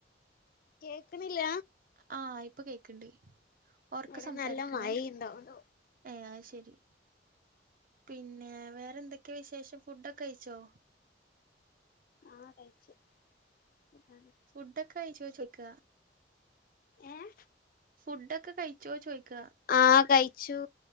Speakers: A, on the left (about 50°); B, on the right (about 50°).
A: കേൾക്ക്ണില്ല.
B: ആഹ ഇപ്പം കേക്ക്ണ്ട്‌ ഒർക്ക
A: ഇവിടെ
B: സംസാരിക്കണേ.
A: നല്ല മഴയ്ണ്ട് അതോണ്ട്
B: ഏ അഹ് ശരി പിന്നെ വേറെന്തൊക്ക്യ വിശേഷം ഫുഡൊക്കെ കയ്ച്ചോ?
A: ആഹ് കയ്ച് <inaudible>
B: ഫുഡൊക്കെ കയിച്ചോ ചോയ്ക്ക.
A: ഏഹ്
B: ഫുഡൊക്കെ കയിച്ചോ ചോയ്ക്ക.
A: ആഹ് കയിച്ചു.